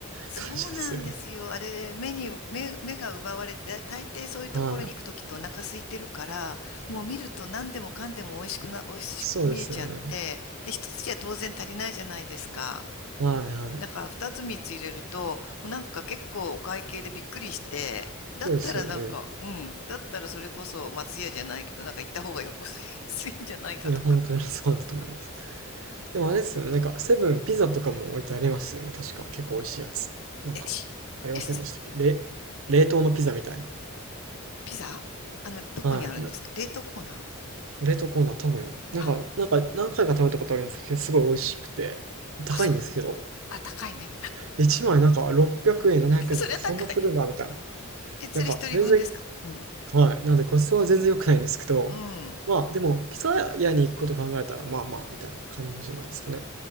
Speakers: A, on the left; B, on the right.
A: そうなんですよ。
B: <laughs> 感じですよね。
A: あれ、目に、目、目が奪われて、大抵そういうところに行くときってお腹空いてるから、
B: はい。
A: もう見ると何でもかんでも美味しくな、美味しく見えちゃって、
B: そうですよね。
A: で、一つじゃ当然足りないじゃないですか。
B: はいはい。
A: だから二つ三つ入れると、もうなんか結構お会計でびっくりして、だったらなんか、
B: そうですよね。
A: うん、だったらそれこそ松屋じゃないけど、なんか行った方がよく <laughs> 安いんじゃないかとか。
B: いや、本当にそうだと思います。でもあれですよね。なんかセブンピザとかも置いてありますよね。確か結構美味しいやつ。なんかありませんでしたっけれ冷凍のピザみたいな。
A: え、しえ、ピザあの、どこにあるんですか冷凍コーナー
B: はい。な冷凍コーナー多分、なんか、
A: あ、
B: なんか何回か食べたことあるんですけど、すごい美味しくて、高いんですけど、
A: あ、そう。あ、高いね。
B: 1枚なんか600円、700円とか、
A: <laughs> そりゃ高い。
B: そんなするんだ、みたいな。
A: え、それ一人分ですかうん。
B: なんか、全然、はい。なんでコストは全然良くないんですけど、
A: うん。
B: まあ、でも、ピザ屋に行くこと考えたら、まあまあ、みたいな感じなんですかね。